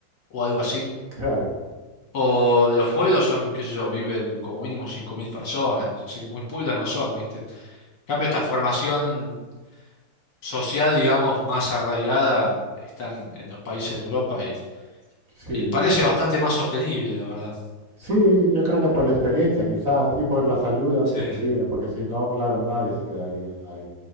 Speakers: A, on the left; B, on the right.
A: o algo así
B: claro,
A: O los pueblos son, qué sé yo, viven como mínimo 5.000 personas, así que muy pueblos no son, ¿viste? En cambio, esta formación social, digamos, más arraigada está en, en los países de Europa y,
B: sí.
A: y parece bastante más sostenible, la verdad.
B: Sí, yo creo que por la experiencia quizás y por las ayudas
A: Sí,
B: que reciben,
A: sí.
B: porque si no, claro, nadie se quedaría ahí.